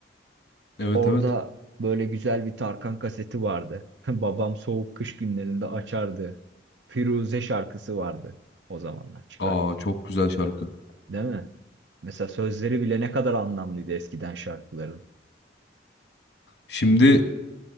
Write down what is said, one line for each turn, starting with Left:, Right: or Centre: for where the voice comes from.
Left: Evet
Right: Orada
Left: evet.
Right: böyle güzel bir Tarkan kaseti vardı. <laughs> Babam soğuk kış günlerinde açardı. Firuze şarkısı vardı o zamanlar çıkarttı.
Left: Aa çok güzel şarkı.
Right: Değil mi? Mesela sözleri bile ne kadar anlamlıydı eskiden şarkıların.
Left: Şimdi